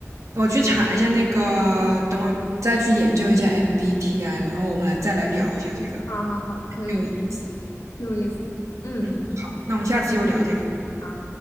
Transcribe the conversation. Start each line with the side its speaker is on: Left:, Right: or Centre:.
Right: 我去查一下那个，等我再去研究一下 MBTI，然后我们来再来聊一下这个，
Left: 嗯，好好好，可以，
Right: 挺有意思。
Left: 挺有意思的，嗯。
Right: 嗯，好，那我们下次又聊这个。
Left: 好。